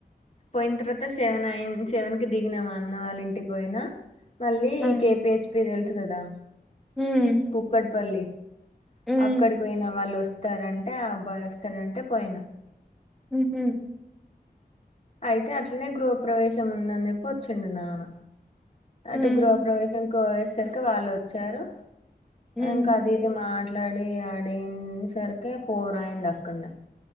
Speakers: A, on the left; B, in the centre.
A: పోయిన తర్వాత సెవెన్ అయి సెవెన్ కి దిగినామా అన్న వాళ్ళ ఇంటికి పోయినా మళ్ళీ
B: ఆ
A: కేపిహెచ్పి తెలుసు కదా
B: ఉమ్
A: కుక్కటిపల్లి
B: ఉమ్
A: అక్కడికి పోయిన వాళ్ళు వస్తారంటే ఆ అబ్బాయి వస్తారంటే పోయిన
B: ఉహ
A: అయితే అట్లనే గృహ ప్రవేశం ఉందని చెప్పి వచ్చిండు నాన్న అటు
B: ఉమ్
A: గృహ ప్ర్రవేశం కోయేసరికి వాళ్ళు వచ్చారు.
B: ఉమ్
A: ఇంకా అది ఇది మాట్లాడి ఆడిన సరికి ఫోర్ అయింది అక్కడనే